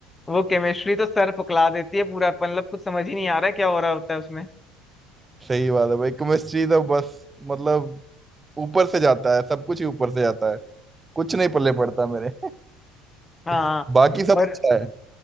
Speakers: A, on the left; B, on the right.
A: वो केमिस्ट्री तो सर पकड़ा देती है पूरा मतलब कुछ समझ ही नहीं आ रहा है क्या हो रहा होता है उसमें
B: सही बात है भाई केमिस्ट्री तो बस मतलब ऊपर से जाता है सब कुछ ही ऊपर से जाता है कुछ नहीं पल्ले पड़ता मेरे
A: हाँ
B: <laughs> बाकी सब
A: और
B: अच्छा है